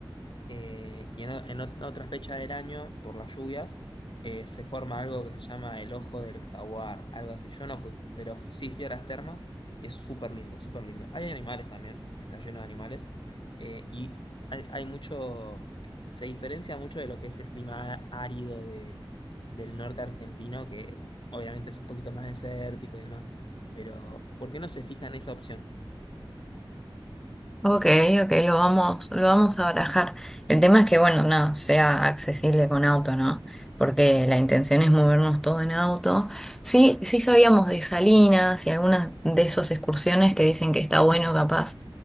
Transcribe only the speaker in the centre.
Ok, ok, lo vamos, lo vamos a barajar. El tema es que, bueno, nada, sea accesible con auto, ¿no? Porque la intención es movernos todo en auto. Sí, sí sabíamos de Salinas y algunas de esas excursiones que dicen que está bueno, capaz.